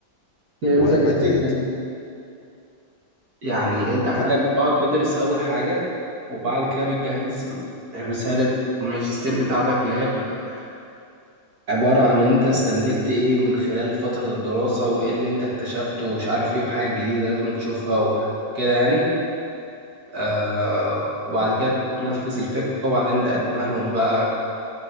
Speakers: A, on the right; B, on the left.
A: فهمتك
B: وبعدين بقى
A: الفكرة
B: ت...
A: دي
B: ت-
A: يعني انت حاليا
B: ها؟
A: بتقعد تدرس اول حاجة وبعد كده بتجهز رسالة الماجستير بتاعتك اللي هي بتبقى عبارة عن انت استنتجت ايه من خلال فترة الدراسة وايه اللي انت اكتشفته ومش عارف ايه وحاجة جديدة لازم تشوفها وكده يعني آه وبعد كده تنفذ الفكرة وبعدين تقدمها لهم بقى